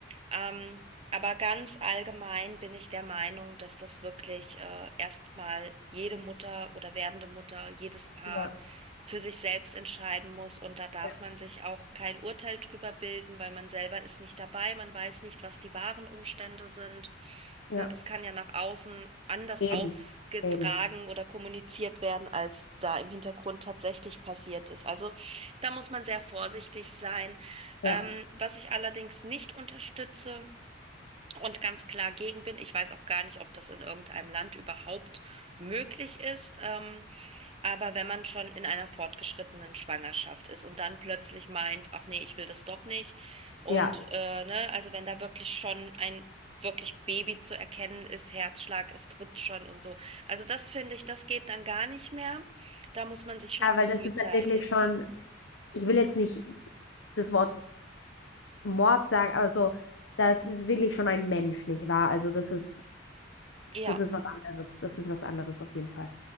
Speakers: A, on the right (about 30°); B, on the left (about 80°).
A: Ähm, aber ganz allgemein bin ich der Meinung, dass das wirklich äh, erstmal jede Mutter oder werdende Mutter, jedes Paar
B: ja,
A: für sich selbst entscheiden muss. Und da darf
B: ja,
A: man sich auch kein Urteil drüber bilden, weil man selber ist nicht dabei. Man weiß nicht, was die wahren Umstände sind.
B: Ja,
A: Ne, das kann ja nach außen anders
B: eben,
A: ausgetragen
B: eben,
A: oder kommuniziert werden, als da im Hintergrund tatsächlich passiert ist. Also da muss man sehr vorsichtig sein.
B: ja,
A: Ähm, was ich allerdings nicht unterstütze und ganz klar gegen bin, ich weiß auch gar nicht, ob das in irgendeinem Land überhaupt möglich ist, ähm, aber wenn man schon in einer fortgeschrittenen Schwangerschaft ist und dann plötzlich meint, ach nee, ich will das doch nicht und
B: ja.
A: äh, ne, also wenn da wirklich schon ein wirklich Baby zu erkennen ist, Herzschlag, es tritt schon und so. Also das finde ich, das geht dann gar nicht mehr. Da muss man sich schon
B: Ja,
A: frühzeitig.
B: weil das ist dann wirklich schon, ich will jetzt nicht das Wort Mord sagen, aber so, das ist wirklich schon ein Mensch, nicht wahr? Also das ist,
A: Ja.
B: das ist was anderes, das ist was anderes auf jeden Fall.